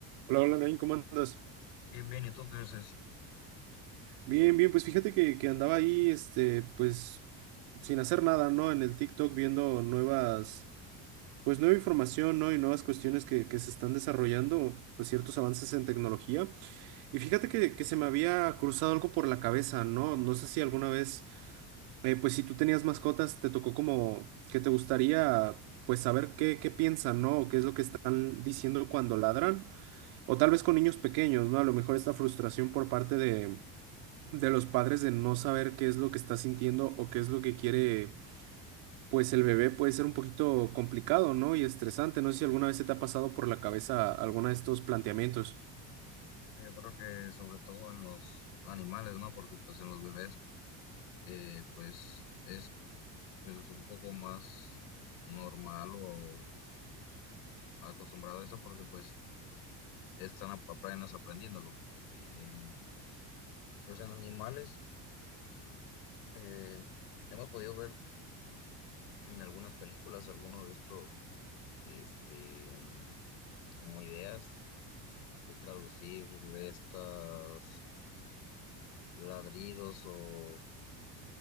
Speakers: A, on the right; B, on the left.
A: Hola, hola, Nain, ¿cómo andas?
B: Bien, bien, ¿y tú qué dices?
A: Bien, bien, pues fíjate que, que andaba ahí, este, pues, sin hacer nada, ¿no? En el TikTok viendo nuevas, pues, nueva información, ¿no? Y nuevas cuestiones que, que se están desarrollando, pues, ciertos avances en tecnología. Y fíjate que, que se me había cruzado algo por la cabeza, ¿no? No sé si alguna vez, eh, pues, si tú tenías mascotas, te tocó como que te gustaría, pues, saber qué, qué piensan, ¿no? O qué es lo que están diciendo cuando ladran. O tal vez con niños pequeños, ¿no? A lo mejor esta frustración por parte de de los padres de no saber qué es lo que está sintiendo o qué es lo que quiere, pues el bebé puede ser un poquito complicado, ¿no? Y estresante. No sé si alguna vez se te ha pasado por la cabeza alguno de estos planteamientos.
B: Yo creo que sobre todo en los animales, ¿no? Porque pues en los bebés, eh, pues es, pues, es un poco más normal o acostumbrado a eso porque pues están ap- apenas aprendiéndolo. Eh, pues en animales, eh, hemos podido ver en algunas películas algunos de estos, este, como ideas de traducir estas ladridos o